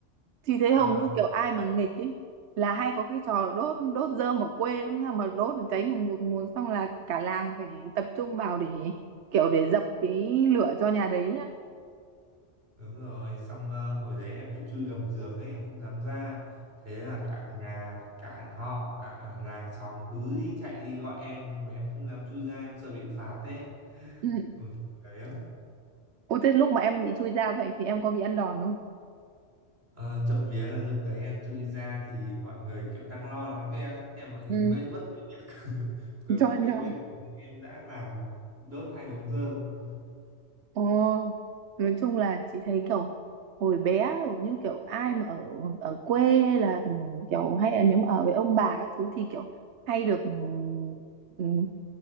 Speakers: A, on the right; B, on the right.
A: chị
B: sao
A: thấy hầu
B: ạ
A: như kiểu ai mà nghịch ấy là hay có cái trò đốt đốt rơm ở quê lắm nha, mà đốt cháy ngùn ngụt ngùn xong là cả làng phải tập trung vào để kiểu để dập cái lửa cho nhà đấy
B: đúng rồi xong ờ, hồi đấy em phải chui gầm giường ấy em không dám ra thế là cả nhà cả họ cả làng xóm cứ đi chạy đi gọi em nhưng mà em không dám chui ra em sợ bị phạt ấy <laughs>
A: nhá
B: buồn cười lắm
A: Ủa thế lúc mà em bị chui ra vậy thì em có bị ăn đòn không?
B: Ờ, trộm vía là lúc đấy em chui ra thì mọi người kiểu đang lo lắng cho em đấy em mọi người
A: ừ,
B: quên mất cái việc <laughs> quên
A: cho
B: mất
A: ăn
B: cái
A: đòn
B: việc em đã làm đốt hai đống rơm
A: Ồ, nói chung là chị thấy kiểu hồi bé hầu như kiểu ai mà ở ở quê hay là ừ, kiểu hay là nếu mà ở với ông bà các thứ thì kiểu hay được ừm, ừm,